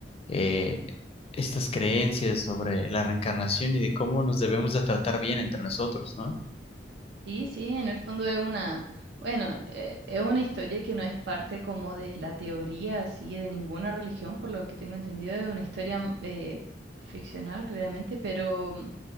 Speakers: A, on the left (about 35°); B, on the right (about 65°).
A: eh, estas creencias sobre la reencarnación y de cómo nos debemos de tratar bien entre nosotros, ¿no?
B: Sí, sí, en el fondo es una, bueno, eh, es una historia que no es parte como de la teoría así de ninguna religión, por lo que tengo entendido, es una historia mm, eh, ficcional, claramente, pero mm,